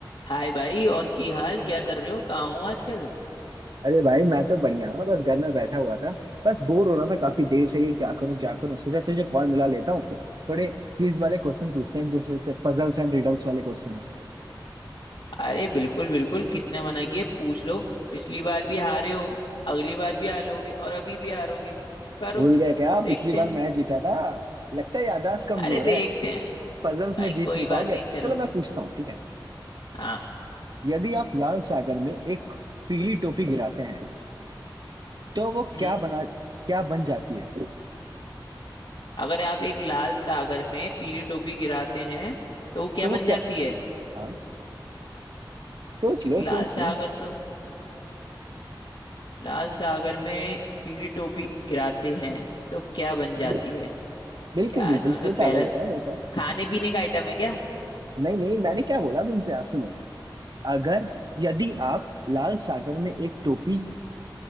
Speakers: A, on the left (about 75°); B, on the right (about 55°).
A: हाय भाई और की हाल क्या कर रहे हो कहाँ हो आजकल
B: अरे भाई मैं तो बढ़िया हूँ बस घर में बैठा हुआ था बस बोर हो रहा था काफी देर से ये क्या करूँ क्या करूँ सोचा तुझे कॉल मिला लेता हूँ थोड़े क्विज वाले क्वेश्चन पूछते हैं एक दूसरे से पजल्स एंड रिडल्स वाले क्वेश्चंस
A: अरे बिल्कुल बिल्कुल किसने मना किया पूछ लो पिछली बार भी हारे हो अगली बार भी हारोगे और अभी भी हारोगे करो
B: भूल गए क्या
A: देखते
B: पिछली बार
A: हैं
B: मैं जीता था लगता है याददाश्त कमजोर
A: अरे देखते
B: है
A: हैं
B: पजल्स
A: भाई
B: में जीत
A: कोई
B: नहीं
A: बात
B: पाओगे
A: नहीं चलो
B: चलो मैं पूछता हूँ ठीक है
A: हाँ
B: यदि आप लाल सागर में एक पीली टोपी गिराते हैं तो वो
A: हम्म
B: क्या बना क्या बन जाती है
A: अगर आप एक लाल सागर में पीली टोपी गिराते हैं तो वो क्या
B: तो वो
A: बन
B: क्या
A: जाती है
B: हाँ सोच
A: एक
B: लो
A: लाल
B: सोच
A: सागर
B: लो
A: तो लाल सागर में पीली टोपी गिराते हैं तो क्या बन
B: हाँ
A: जाती है
B: बिल्कुल
A: यार
B: बिल्कुल
A: तुमने तो मतलब
B: बताओ
A: पहला
B: बताओ बताओ
A: खाने पीने का आइटम है क्या
B: नहीं नहीं मैंने क्या बोला तुमसे आज सुनो अगर यदि आप लाल सागर में एक टोपी